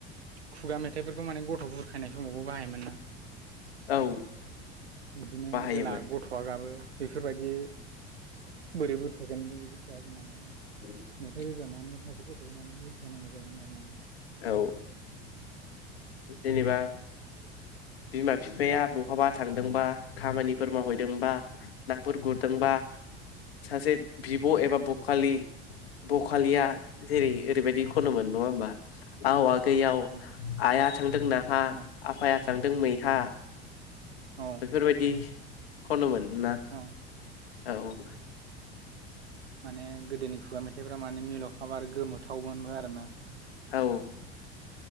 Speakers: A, on the right; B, on the left.
A: खुगा मेथाइफोरखौ माने गथ' बुरखायनाय समावबो बाहायोमोन ना ।
B: औ
A: बिदिनो
B: बाहायोमोन
A: जेला गथ'आ गाबो बेफोरबायदि बोरै बुरखायगोन बोरै बुरखाया जोंना माने
B: <inaudible>
A: मेथाइ रोजाबनानै सासे गथ'खौ माने बुरखायनांगौ जायोमोन आरो ना ।
B: औ जेनेबा बिमा फिफाया ब हाबा थांदोंबा खामानिफोर मावहैदोंबा
A: औ
B: नाफोर गुरदोंबा
A: औ
B: सासे
A: औ
B: बिब' एबा ब खालि बखालिया
A: औ
B: जेरै ओरैबायदि खनोमोन नङा होमबा । आव आगै आव
A: औ औ दे
B: आइया थांदों नाहा
A: औ
B: आफाया थांदों मैहा
A: औ
B: बेफोरबायदि खनोमोन । ना
A: औ
B: औ
A: माने गोदोनि खुगा मेथाइ फोरा माने मिलौखाब आरो गोमोथावमोनबो आरो ना ।
B: औ